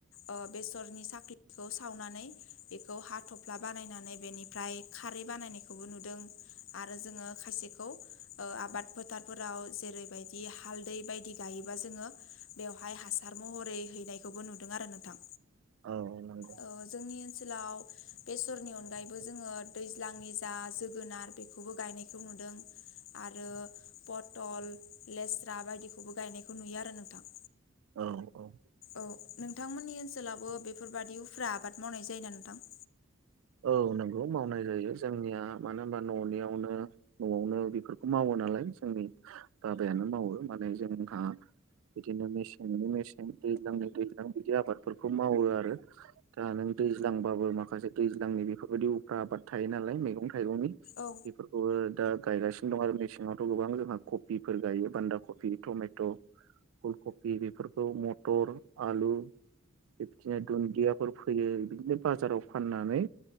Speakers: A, on the left (about 65°); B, on the right (about 75°).
A: ओ बेसरनि साख्लिखौ सावनानै बेखौ हाथफ्ला बानायनानै बेनिफ्राय खारै बानायनायखौबो नुदों। आरो जोङो खायसेखौ ओ आबाद फोथार फोराव जेरैबायदि हालदै बायदि गायोबा जोङो बेवहाय हासार महरै हैनायखौबो नुदों आरो नोंथां।
B: औ नंगौ
A: ओ जोंनि ओनसोलाव बेफोरनि अनगायैबो जोङो दैज्लांनि जा जोगोनार बेखौबो गायनायखौ नुदों आरो पटल लेस्रा बायदिखौबो गायनायखौ नुयो आरो नोंथां।
B: औ औ
A: औ नोंथांमोननि ओनसोलाबो बेफोरबादि उफ्रा आबाद मावनाय जायोना नोंथां?
B: औ नंगौ मावनाय जायो जोंनिया मानो होमबा न'नियावनो न'आवनो बेफोरखौ मावो। नालाय जोंनि बाबायानो मावो माने जोंहा बिदिनो मेसेंनि मेसें दैज्लांनि दैज्लां बिदि आबादफोरखौ मावो आरो दा नों दैज्लांबाबो माखासे दैज्लांनि बेफोरबायदि उफ्रा आबाद थायो नालाय मैगं थाइगंनि
A: औ
B: बेफोरखौबो दा गायगासिनो दं आरो मेसेङावथ' गोबां जोंहा कपिफोर गायो बान्दा कफि टमेट' फुल कफि बेफोरखौ मटर, आलु बिबदिनो दुन्दियाफोर फैयो बिदिनो बाजाराव फाननानै